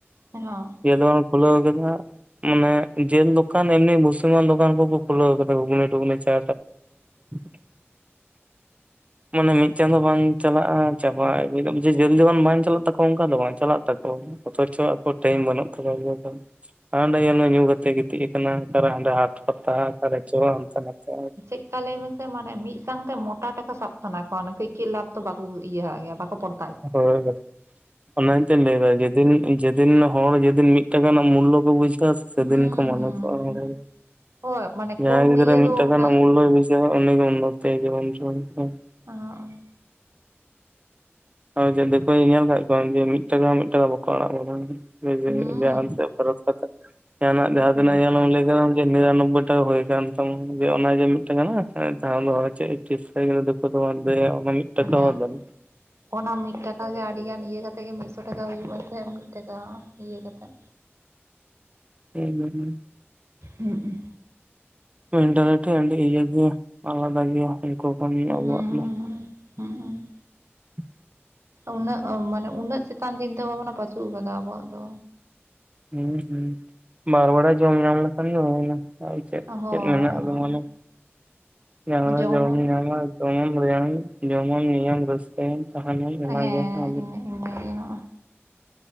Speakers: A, on the right (about 85°); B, on the right (about 30°).
A: ᱮ ᱦᱚᱸ
B: ᱫᱤᱭᱟᱹ ᱟᱫᱚ ᱠᱷᱩᱞᱟᱹᱣ ᱠᱟᱫᱟ ᱢᱟᱱᱮ ᱡᱮᱞ ᱫᱚᱠᱟᱱ ᱮᱢᱱᱤ ᱵᱷᱩᱥᱤᱢᱟᱞ ᱫᱚᱠᱟᱱ ᱠᱚ ᱠᱚ ᱠᱷᱩᱞᱟᱹᱣ ᱠᱟᱫᱟ ᱜᱷᱩᱜᱱᱤ ᱴᱩᱜᱽᱱᱤ ᱪᱟ <unintelligible> ᱢᱟᱱᱮ ᱢᱤᱫ ᱪᱟᱸᱫᱚ ᱵᱟᱝ ᱪᱟᱞᱟᱜᱼᱟ ᱪᱟᱵᱟᱭ ᱟᱜᱩᱭ ᱫᱟ ᱡᱮᱞ ᱡᱚᱠᱷᱚᱱ ᱵᱟᱝ ᱪᱟᱞᱟᱜ ᱛᱟᱠᱚᱣᱟ ᱚᱝᱠᱟ ᱫᱚ ᱵᱟᱝ ᱪᱟᱞᱟᱜ ᱛᱟᱠᱚᱣᱟ᱾ ᱚᱛᱷᱚᱪᱚ ᱟᱠᱚ ᱴᱟᱭᱤᱢ ᱵᱟᱹᱱᱩᱜ ᱛᱟᱠᱚᱣᱭᱟ ᱵᱩᱡᱷᱟᱹᱣ ᱠᱮᱜ-ᱟᱢ᱾ ᱟᱸᱰᱮ ᱧᱮᱞ ᱢᱮ ᱧᱩ ᱠᱟᱛᱮᱜ ᱮ ᱜᱤᱛᱤᱡ ᱠᱟᱱᱟ ᱟᱠᱟᱨᱮ ᱦᱟᱸᱰᱮ ᱦᱟᱴ ᱯᱟᱛᱟ ᱚᱠᱟᱨᱮᱪᱚ ᱦᱟᱱᱛᱮ ᱱᱟᱛᱮ᱾
A: ᱪᱮᱜ ᱠᱟ ᱞᱟᱹᱭ ᱢᱮᱥᱮ ᱢᱟᱱᱮ ᱢᱤᱫ ᱥᱟᱝᱛᱮ ᱢᱚᱴᱟ ᱴᱟᱠᱟ ᱥᱟᱵ ᱥᱟᱱᱟ ᱠᱚᱣᱟ ᱚᱱᱟ ᱠᱟᱹᱡ ᱠᱟᱹᱡ ᱞᱟᱵᱷ ᱫᱚ ᱵᱟᱠᱚ ᱤᱭᱟᱹᱦᱟᱜ ᱜᱮᱭᱟ, ᱵᱟᱠᱚ ᱯᱚᱲ
B: ᱦᱳᱭ ᱦᱳᱭ᱾ ᱚᱱᱟᱜᱤᱛᱚᱧ ᱞᱟᱹᱭᱫᱟ ᱡᱮᱫᱤᱱ ᱡᱮᱫ ᱫᱤᱱ ᱦᱚᱲ ᱡᱮᱫᱤᱱ ᱢᱤᱫ ᱴᱟᱠᱟ ᱨᱮᱱᱟᱜ ᱢᱩᱞᱞᱚ ᱠᱚ ᱵᱩᱡᱷᱟᱹᱣᱟ ᱥᱮᱫᱤᱱ
A: ᱦᱩᱸ
B: ᱠᱚ ᱢᱟᱱᱩᱥᱟᱜ-ᱟ᱾
A: ᱦᱩᱸ
B: <unintelligible>
A: ᱦᱳᱭ᱾ ᱢᱟᱱᱮ
B: ᱡᱟᱦᱟᱸᱭ
A: ᱠᱚᱢ
B: ᱜᱤᱫᱽᱨᱟᱹ
A: ᱤᱭᱟᱹ
B: ᱢᱤᱫ
A: ᱫᱚ
B: ᱴᱟᱠᱟ
A: ᱩᱱᱟᱹᱜ
B: ᱨᱮᱱᱟᱜ ᱢᱩᱞᱞᱚᱭ ᱵᱩᱡᱷᱟᱹᱣᱟ ᱩᱱᱤᱜᱮ ᱩᱱᱱᱚᱛᱤᱭᱟ ᱡᱤᱵᱚᱱ <unintelligible>
A: ᱚ ᱚᱸ᱾
B: ᱟᱣ ᱡᱮ ᱫᱤᱠᱩ ᱧᱮᱞ ᱠᱟᱜ ᱠᱚᱣᱟᱮ ᱡᱮ ᱢᱤᱫ ᱴᱟᱠᱟ ᱦᱚᱸ ᱢᱤᱫ ᱴᱟᱠᱟ ᱵᱟᱠᱚ ᱟᱲᱟᱜ ᱵᱟᱲᱟᱮᱟᱢᱟ᱾ ᱡᱮ ᱡᱮ
A: ᱦᱩᱸ
B: ᱡᱟᱦᱟᱱ ᱥᱮᱫ ᱯᱚᱨᱚᱵᱽ ᱯᱟᱛᱟ ᱡᱟᱦᱟᱱᱟᱜ ᱡᱟᱦᱟᱸ
A: ᱢᱟᱱᱮ
B: ᱛᱤᱱᱟᱹᱜ ᱧᱮᱞᱮᱢ ᱞᱟᱹᱭ ᱠᱟᱫᱟᱢ ᱡᱮ ᱱᱤᱨᱟᱱᱚᱵᱵᱳᱭ ᱴᱟᱠᱟ ᱦᱩᱭ ᱠᱟᱱ ᱛᱟᱢᱟ ᱡᱮ ᱚᱱᱟ ᱡᱮ ᱢᱤᱫ ᱴᱟᱠᱟ ᱢᱮᱱᱟᱜ-ᱟ᱾ <unintelligible> ᱪᱤᱯᱥᱟᱭ <unintelligible> ᱫᱤᱠᱩ ᱫᱚ ᱵᱟᱝ ᱫᱮ ᱚᱵᱟ ᱢᱤᱫ ᱴᱟᱠᱟ
A: ᱚᱱᱟ
B: ᱦᱚᱸ ᱫᱮᱱ᱾
A: ᱚᱱᱟ ᱢᱤᱫ ᱴᱟᱠᱟ ᱜᱮ ᱟᱹᱰᱤᱜᱟᱱ ᱤᱭᱟᱹ ᱠᱟᱛ ᱛᱮᱜᱮ ᱢᱤᱫᱥᱚ ᱴᱟᱠᱟ ᱦᱩᱭᱩᱜᱼᱟᱥᱮ ᱢᱤᱫ ᱴᱟᱠᱟ ᱤᱭᱟᱹ ᱠᱟᱛᱮᱫ᱾
B: <unintelligible>
A: ᱦᱩᱸᱜ ᱩᱸ᱾
B: ᱢᱮᱱᱴᱟᱞᱤᱴᱤ ᱟᱹᱰᱤ ᱤᱭᱟᱹ ᱜᱮᱭᱟ ᱟᱞᱟᱫ ᱜᱮᱭᱟ ᱩᱱᱠᱩ ᱠᱷᱚᱱ
A: ᱦᱩᱸ
B: ᱟᱵᱚᱣᱟᱜ ᱫᱚ᱾ <inaudible>
A: ᱦᱩᱸ ᱩᱱᱟᱹᱜ ᱢᱟᱱᱮ ᱩᱱᱟᱹᱜ ᱪᱮᱛᱟᱱ ᱪᱤᱱᱛᱟᱹ ᱵᱷᱟᱵᱱᱟ ᱯᱟᱪᱩᱜ ᱟᱠᱟᱫᱟ ᱟᱵᱚᱣᱟᱜ ᱫᱚ᱾
B: ᱦᱩᱸ ᱦᱩᱸ ᱵᱟᱨ ᱵᱟᱲᱟ ᱡᱚᱢ ᱧᱟᱢ ᱞᱮᱠᱷᱟᱱ ᱜᱮ ᱦᱩᱭᱱᱟ᱾ ᱟᱨ ᱪᱮᱫ
A: ᱦᱳᱭ
B: ᱪᱮᱫ ᱢᱮᱱᱟᱜ ᱟ ᱟᱫᱚ
A: ᱦᱳᱭ
B: ᱢᱟ ᱞᱟᱹᱭ ᱢᱮ᱾ ᱡᱟᱦᱟᱞᱮᱠᱟ
A: ᱡᱚᱢᱟᱜ
B: ᱡᱚᱢᱮᱢ ᱧᱟᱢᱟ <unintelligible> ᱡᱚᱢᱟᱢ, ᱧᱩᱭᱟᱢ, ᱨᱟᱹᱥᱠᱟᱹᱭᱟᱢ, ᱛᱟᱦᱮᱱᱟᱢ ᱚᱱᱟᱜᱮ
A: ᱦᱮᱸ
B: <unintelligible>
A: ᱤᱱᱟᱹ ᱤᱱᱟᱹᱜᱮ ᱦᱚᱸᱜᱼᱚᱭ